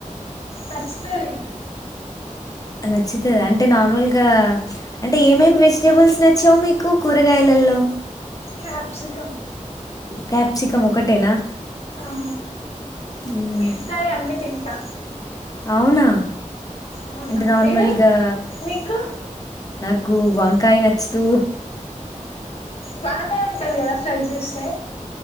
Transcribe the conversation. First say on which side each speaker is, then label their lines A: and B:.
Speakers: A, on the left (about 50°); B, on the left (about 25°).
A: నచ్చుతది
B: నచ్చుతదా అంటే నార్మల్గా అంటే ఏమేమి వెజిటేబుల్స్ నచ్చావు మీకు కూరగాయ్లా లో
A: క్యాప్సికం
B: క్యాప్సికం ఒకటేనా
A: ఆ
B: మ్మ్
A: మిగతాయి అన్ని తింటా
B: అవునా
A: అవును
B: అంటే నార్మల్గా
A: మీరు మీకు
B: నాకు వంకాయ్ నచ్చదు
A: బానే ఉంటది కదా ఫ్రై చేస్తే